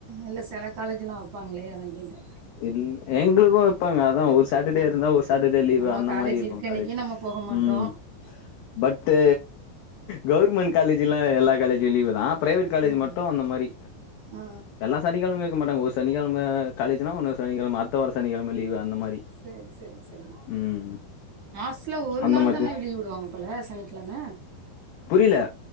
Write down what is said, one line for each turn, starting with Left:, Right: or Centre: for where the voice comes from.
Right: இல்ல செல காலேஜ்லாம் வெப்பாங்களே அதான் கேட்டன்
Left: இல்ல எங்ளுக்கும் வெப்பாங்க அதான் ஒரு சாட்டர்டே
Right: ஆ
Left: இருந்தா ஒரு சாட்டர்டே லீவு்
Right: நம்ம
Left: அந்த
Right: காலேஜ்
Left: மாரி இருக்கும்
Right: இருக்க அன்னைக்கே
Left: காலேஜ்
Right: நம்ம போக மாட்டோ
Left: ம் பட்டு் கவுவர்மெண்ட் காலேஜ்லாம் எல்லா காலேஜூம் லீவு் தான் ப்ரைவேட் காலேஜ்
Right: ம்
Left: மட்டும் அந்த மாரி
Right: ஆ
Left: எல்லாம் சனிக்கிழம இருக்க மாட்டாங்க ஒரு சனிக்கிழம காலேஜ்னா இன்னோரு சனிக்கழம அடுத வார சனிக்கழம லீவ் அந்த மாரி
Right: சேரி சேரி சேரி
Left: ம்
Right: மாஸ்ல ஒரு
Left: அந்த
Right: நாள்
Left: மாரி
Right: தான லீவு விடுவாங்க போல சனிக்கிழம
Left: புரில